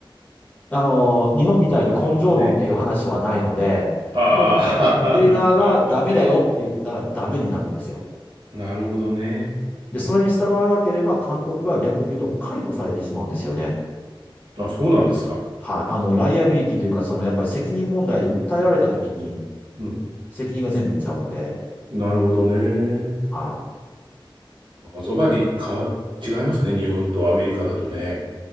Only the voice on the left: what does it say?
あの、日本みたいに根性論っていう話はないので、
もう、トレーナーがダメだよって言ったらダメになるんですよ。
で、それに従わなければ監督が逆に言うと解雇されてしまうんですよね。
はい。あの、ライアビリティというか、その、やっぱり責任問題で訴えられた時に、
責任が全部いっちゃうので、
はい。
うん